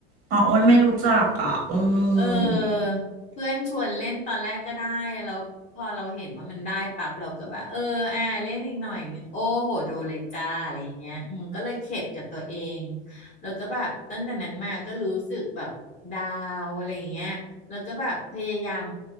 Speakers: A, on the right; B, on the left.
A: อ๋ออ้วันไม่รู้จักอ่ะอื
B: เออเพื่อนชวนเล่นตอนแรกก็ได้แล้วพอเราเห็นว่ามันได้ปั๊บเราก็แบบเอออ่าเล่นอีกหน่อยหนึงโอ้โหโดนเลยจ้าอะไรอย่างเงี้ยอืมก็เลยเข็ดกับตัวเอง
A: ม
B: แล้วก็แบบตั้งแต่นั้นมาก็รู้สึกแบบดาวอะไรอย่างเงี้ยแล้วก็แบบพยายาม